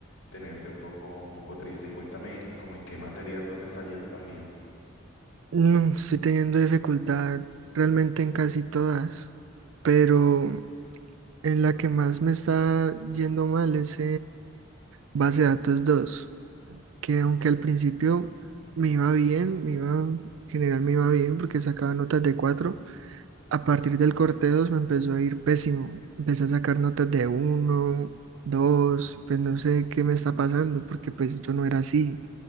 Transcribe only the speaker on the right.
No, estoy teniendo dificultad realmente en casi todas, pero en la que más me está yendo mal es Base de datos dos que aunque al principio me iba bien, me iba, en general me iba bien porque sacaba notas de cuatro a partir del corte 2 me empezó a ir pésimo. Empecé a sacar notas de uno dos pues no sé qué me está pasando porque pues yo no era así.